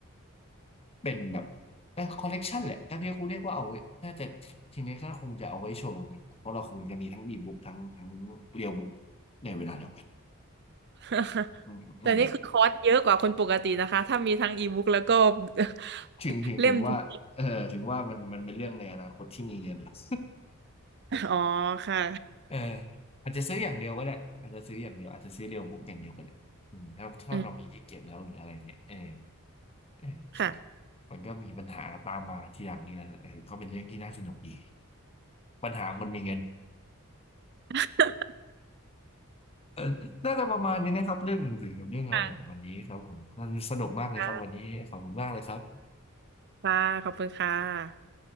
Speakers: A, on the left (about 25°); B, on the right (about 50°).
A: เป็นแบบคอลเลกชันแหละถ้าเรียกเรียกว่าเอาไว้น่าจะทีนี้ก็คงจะเอาไว้โชว์อย่างนี้เพราะเราคงจะมีทั้งอีบุ๊กทั้งทั้งเรียลบุ๊กในเวลาเดียวกัน
B: <laughs>
A: อืมอืม
B: แต่นี่คือคอร์สเยอะกว่าคนปกตินะคะถ้ามีทั้งอีบุ๊กแล้วก็ <laughs>
A: ถึงถึงถึงว่าเออถึงว่ามันมันเป็นเรื่องในอนาคตที่มีเงินหลัก
B: เล่มจริงๆอ๋อค่ะ
A: เอออาจจะซื้ออย่างเดียวก็ได้อาจจะซื้ออย่างเดียวอาจจะซื้อเรียลบุ๊กอย่างเดียวก็ได้อืมถ้าถ้าเรามีที่เก็บแล้วหรืออะไรเงี้ยเออ
B: <laughs> อืม
A: เออ
B: ค่ะ
A: มันก็มีปัญหาตามมาทีหลังนี่แหละเออก็เป็นเรื่องที่น่าสนุกดีปัญหาคนมีเงิน
B: <laughs>
A: เออน่าจะประมาณนี้นะครับเรื่องหนังสือกับเรื่องอะไรของวันนี้ครับผมน่าสนุกมากเลยครับวันนี้ขอบคุณมากเลยครับ
B: ค่ะค่ะค่ะขอบคุณค่ะ